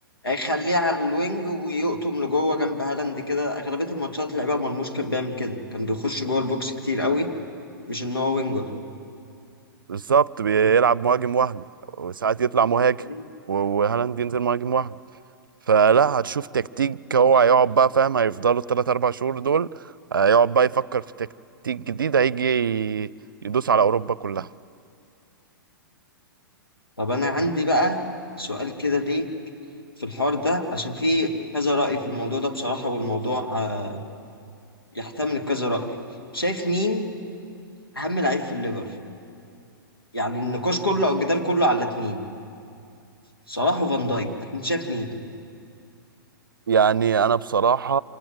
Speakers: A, on the left; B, on the right.
A: هيخليه على الوينج ويقطم لجوه جنب هالاند كده أغلبية الماتشات اللي لعبها مرموش كان بيعمل كده كان بيخش جوه البوكس كتير قوي مش إن هو وينجر
B: بالظبط بيلعب مهاجم وهمي وساعات يطلع مهاجم
A: مم.
B: و- وهالاند ينزل مهاجم وهمي فلا هتشوف تكتيك هو
A: صح
B: هيقعد بقى فاهم هيفضلوا الثلاث اربع شهور دول هيقعد بقى يفكر في تكتيك جديد هيجي يدوس على اوروبا كلها
A: طب أنا عندي بقى سؤال كده ليه في الحوار ده عشان في كذا رأي في الموضوع ده بصراحة والموضوع آه، يحتمل كذا رأي شايف مين أهم لعيب في الليفر يعني النقاش كله أو الجدال كله على اتنين صلاح وفان دايك أنت شايف مين
B: يعني انا بصراحه